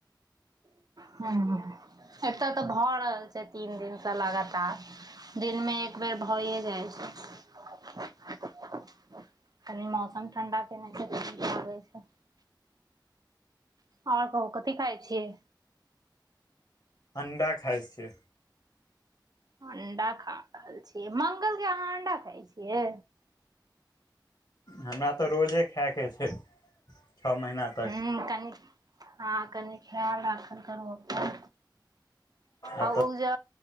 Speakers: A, on the right; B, on the left.
A: हुॅं एत तऽ भऽ रहल छै तीन दिन सँ लगातार दिन मे एक बेर भए जाइ छै <unintelligible> कनि मौसम ठणडा केने छै त निक लागे छै आओर कहू कथि खाय छियै
B: अण्डा खाय छियै
A: अंडा खा रहल छी मंगल के अहाँ अंडा खाय छियै
B: हमरा तऽ रोजे खायके छै छओ महीना तक
A: हुॅं कनि हँ कनि खयाल राखल करू अपन
B: आब
A: आ
B: तऽ
A: ओ ज